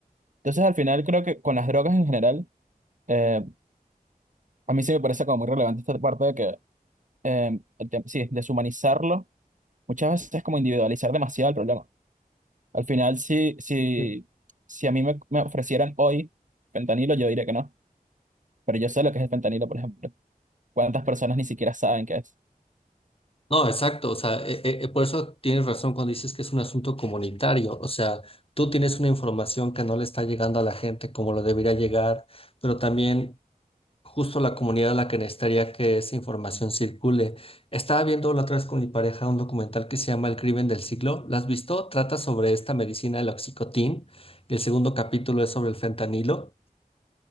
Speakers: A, on the right; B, on the left.
A: Entonces al final creo que con las drogas en general, eh, a mí sí me parece como muy relevante esta parte de que, eh, el tem- sí, deshumanizarlo muchas veces es como individualizar demasiado el problema. Al final si, si,
B: Ah,
A: si a mí me, me ofrecieran hoy fentanilo, yo diría que no. Pero yo sé lo que es el fentanilo, por ejemplo. ¿Cuántas personas ni siquiera saben qué es?
B: No, exacto, o sea, e- e- e- por eso tienes razón cuando dices que es un asunto comunitario, o sea, tú tienes una información que no le está llegando a la gente como lo debería llegar, pero también justo la comunidad a la que necesitaría que esa información circule. Estaba viendo la otra vez con mi pareja un documental que se llama El crimen del siglo, ¿lo has visto? Trata sobre esta medicina, el oxicotín, y el segundo capítulo es sobre el fentanilo,